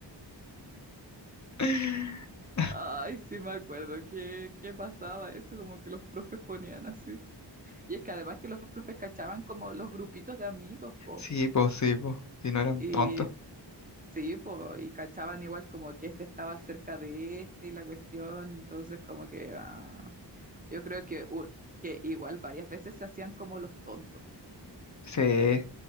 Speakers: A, on the left; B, on the right.
A: <laughs>
B: Ay, sí me acuerdo que, que pasaba eso, como que los profes ponían así. Y es que además que los profes cachaban como los grupitos de amigos, po.
A: Sí, pues sí, pues, si no eran
B: y
A: tontos
B: Sí, pues, y cachaban igual como que este estaba cerca de este y la cuestión, entonces como que ah, yo creo que, u- que igual varias veces se hacían como los tontos.
A: Sí,